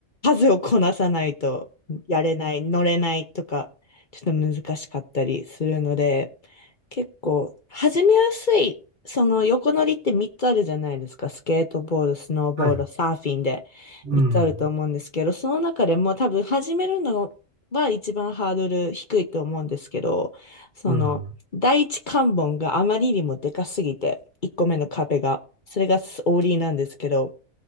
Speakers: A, on the left; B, on the right.
A: 数をこなさないとやれない、乗れないとか、ちょっと難しかったりするので、結構、始めやすい、その横乗りって3つあるじゃないですか。スケートボード、スノーボード、
B: はい。
A: サーフィンで3つあると思うんですけど、
B: うん。
A: その中でも多分始めるのは一番ハードル低いと思うんですけど、その、
B: うん。
A: 第一関門があまりにもでかすぎて、1個目の壁が、それがオーリーなんですけど、